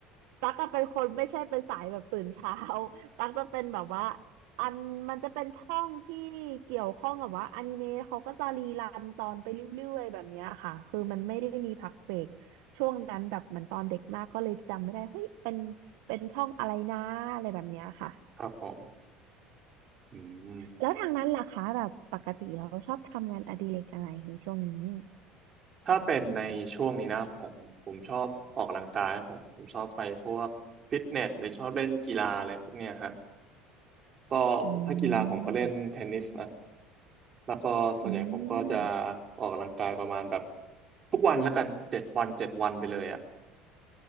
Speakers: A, on the right; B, on the right.
A: ตั๊กจะเป็นคนไม่ใช่เป็นสายแบบตื่นเช้า <laughs> ตั๊กจะเป็นแบบว่าอันมันจะเป็นช่องที่เกี่ยวข้องกับว่าอนิเมะเขาก็จะรีรันตอนไปเรื่อยๆแบบเนี้ยค่ะคือมันไม่ได้มีพักเบรกช่วงนั้นแบบเหมือนตอนเด็กมากก็เลยจำไม่ได้เฮ้ยเป็นเป็นช่องอะไรนะอะไรแบบเนี้ยค่ะ
B: <laughs> ครับผมอืม
A: แล้วทางนั้นล่ะคะแบบปกติเราชอบทำงานอดิเรกอะไรในช่วงนี้
B: ถ้าเป็นในช่วงนี้นะผมผมชอบออกกำลังกายครับผมผมชอบไปพวกฟิตเนสหรือชอบเล่นกีฬาอะไรพวกเนี้ยฮะก็ถ้ากีฬาผมก็เล่นเทนนิสนะ
A: อืม
B: แล้วก็ส่วนใหญ่ผมก็จะ
A: อืม
B: ออกกำลังกายประมาณแบบทุกวันแล้วกันเจ็ดวันเจ็ดวันไปเลยอ่ะ